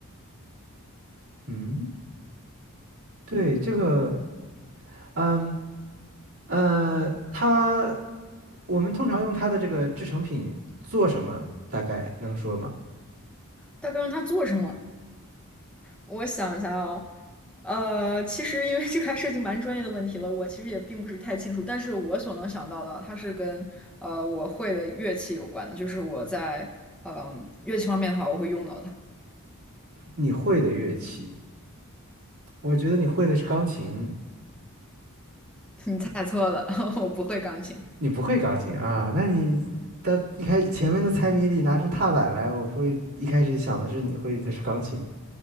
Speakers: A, on the right; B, in the centre.
A: 嗯，对，这个，嗯呃，它我们通常用它的这个制成品做什么？大概能说吗？
B: 大概用它做什么？我想一下哦，呃，其实因为这个还涉及蛮专业的问题了，我其实也并不是太清楚，但是我所能想到的，它是跟呃我会的乐器有关的，就是我在嗯、乐器方面的话，我会用到它。
A: 你会的乐器，我觉得你会的是钢琴，
B: <laughs> 你猜错了，<laughs> 我不会钢琴。
A: 你不会钢琴啊？那你到一开始前面的猜谜里拿出踏板来，我会一开始想的是你会的是钢琴。